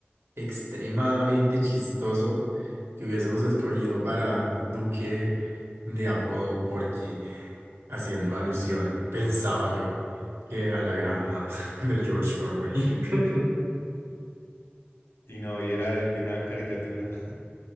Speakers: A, on the right (about 80°); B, on the left (about 80°).
A: extremadamente chistoso que hubiésemos escogido para Duque de apodo Porky. haciendo alusión, pensaba yo, que a la granja <laughs> de George Orwell. <laughs>
B: Y no, y era de, de una caricatura. <laughs>